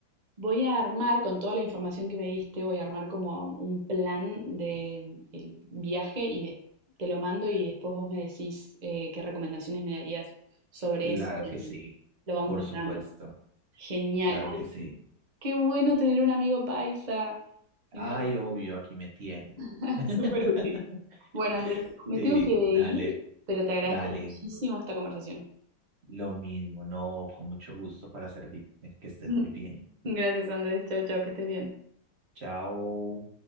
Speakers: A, on the right (about 70°); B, on the right (about 45°).
A: voy a armar con toda la información que me diste, voy a armar como un plan de el viaje y de- te lo mando y después vos me decís eh, qué recomendaciones me darías sobre
B: claro
A: eso y
B: que sí,
A: lo vamos
B: por
A: mejorando.
B: supuesto,
A: Genial.
B: claro que
A: Ay,
B: sí.
A: Qué bueno tener un amigo paisa. Me
B: Ay,
A: encanta.
B: obvio, aquí me tienen.
A: <laughs>
B: <laughs>
A: Súper útil. Bueno, Andrés, me
B: Sí,
A: tengo que ir,
B: dale,
A: pero te agradezco
B: dale.
A: muchísimo esta conversación.
B: Lo mismo, no, con mucho gusto para servirte. Que estés
A: <laughs>
B: muy bien.
A: Gracias, Andrés. Chao, chao, que estés bien.
B: Chao.